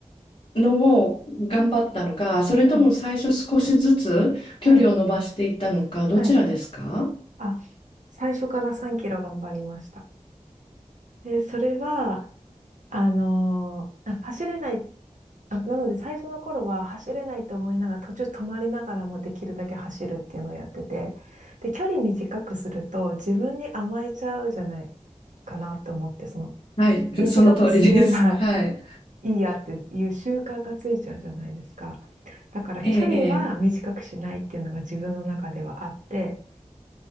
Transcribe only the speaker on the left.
のを頑張ったのか、それとも最初少しずつ距離を伸ばしていったのか、
どちらですか
はい、<laughs>
その通りです。はい。
ええ、え